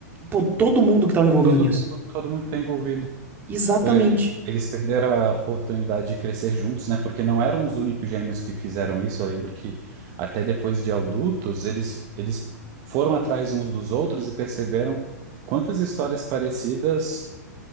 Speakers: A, on the right; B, on the right.
A: pô, todo mundo que estava envolvido
B: Todo
A: nisso.
B: mundo, todo mundo que está envolvido.
A: Exatamente.
B: Por exemplo, eles perderam a oportunidade de crescer juntos, né? Porque não eram os únicos gêmeos que fizeram isso. Eu lembro que até depois de adultos, eles, eles foram atrás uns dos outros e perceberam quantas histórias parecidas